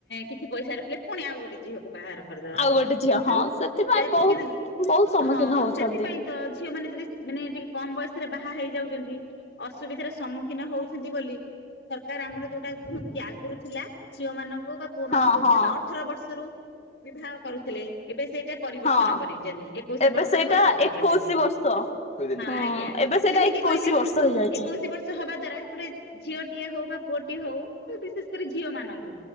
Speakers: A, on the left; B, on the left.
A: କିଛି ପଇସା ରଖିଲେ ପୁଣି ଆଉ ଗୋଟେ ଝିଅକୁ ବାହାର କରିଦବା
B: ଆଉ ଗୋଟେ
A: କିନ୍ତୁ
B: ଝିଅ ହଁ ସେଥିପାଇଁ
A: <unintelligible>
B: ବହୁତ
A: କିନ୍ତୁ
B: ବହୁତ ସମ୍ମୁଖୀନ
A: ହଁ
B: ହଉଛନ୍ତି।
A: ସେଥିପାଇଁ ତ ଝିଅ ମାନେ ଯଦି ମାନେ ଟିକେ କମ ବୟସରେ ବାହା ହେଇଯାଉଛନ୍ତି ଅସୁବିଧାର ସମ୍ମୁଖୀନ ହଉଛନ୍ତି ବୋଲି ସରକାର ଆମର ଯୋଉଟା କୁହନ୍ତୁ କି ଆଗରୁ ଥିଲା ଝିଅ ମାନଙ୍କୁ ବା ପୁଅ ମାନ
B: ହଁ
A: କୁହନ୍ତି
B: ହଁ
A: ଯୋଉଟା ଅଠର ବର୍ଷରୁ ବିବାହ କରୁଥିଲେ ଏବେ ସେଇଟା ପରିବର୍ତ୍ତନ
B: ହଁ
A: କରିଛନ୍ତି ଏକୋଇଶି
B: ଏବେ
A: ବର୍ଷରେ
B: ସେଇଟା
A: ପରିବର୍ତ୍ତନ
B: ଏକୋଇଶି
A: କରିଛନ୍ତି
B: ବର୍ଷ ହୁଁ
A: ହଁ ଆଜ୍ଞା।
B: ଏବେ ସେଇଟା
A: କାହିଁକି
B: ଏକୋଇଶି
A: କହିଲେ
B: ବର୍ଷ ହେଇଯାଇଛି
A: ଏକୋଇଶି ବର୍ଷ ହବା ଦ୍ଵାରା ଗୋଟେ ଝିଅଟିଏ ହଉ ବା ପୁଅଟିଏ ହଉ ବିଶେଷ କରି ଝିଅ ମାନଙ୍କୁ